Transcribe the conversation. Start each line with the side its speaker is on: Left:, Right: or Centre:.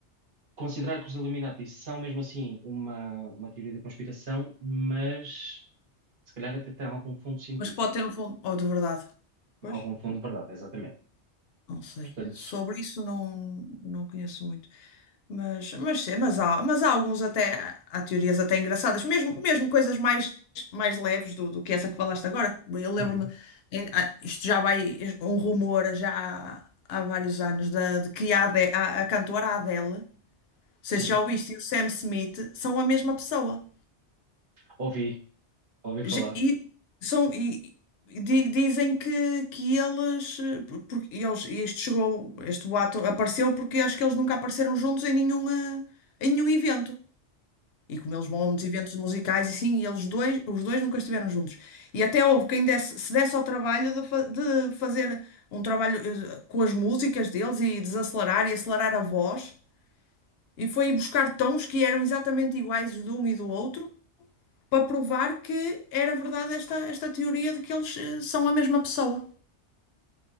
Right: considerar que os Illuminati são mesmo assim uma, uma teoria da conspiração, mas se calhar até tem algum fundo de sentido,
Left: mas pode ter um fundo. Oh, de verdade. Pois.
Right: algum fundo de verdade, exatamente.
Left: Não sei.
Right: Portanto,
Left: Sobre isso não, não conheço muito. Mas, mas, sim, mas, há, mas há alguns até, há teorias até engraçadas, mesmo, mesmo coisas mais, mais leves do, do que essa que falaste agora. Eu lembro-me,
Right: Uhum.
Left: em- ah, isto já vai, um rumor já há, há vários anos, da, de que a, Ade- a, a cantora Adele, não sei
Right: Sim,
Left: se já ouviste, e o Sam Smith são a mesma pessoa.
Right: ouvi, ouvi
Left: Ge-
Right: falar.
Left: E, são, e, e di- dizem que, que eles, eh, porque eles, e isto chegou, este boato apareceu porque acho que eles nunca apareceram juntos em nenhuma, em nenhum evento. E como eles vão a muitos eventos musicais e sim, e eles dois, os dois nunca estiveram juntos. E até houve quem desse, se desse ao trabalho de, fa- de fazer um trabalho eh, com as músicas deles e desacelerar e acelerar a voz. E foi buscar tons que eram exatamente iguais de um e do outro para provar que era verdade esta, esta teoria de que eles eh, são a mesma pessoa.